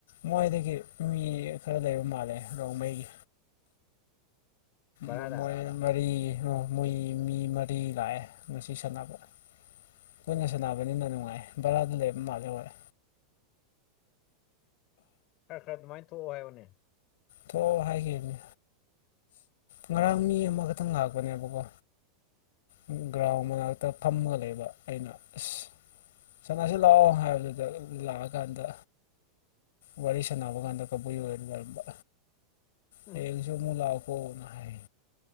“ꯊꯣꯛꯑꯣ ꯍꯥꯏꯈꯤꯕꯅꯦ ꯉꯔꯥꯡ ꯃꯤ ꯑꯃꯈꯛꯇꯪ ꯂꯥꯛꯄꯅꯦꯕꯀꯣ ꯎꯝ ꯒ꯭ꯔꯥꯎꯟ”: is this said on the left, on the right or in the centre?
Left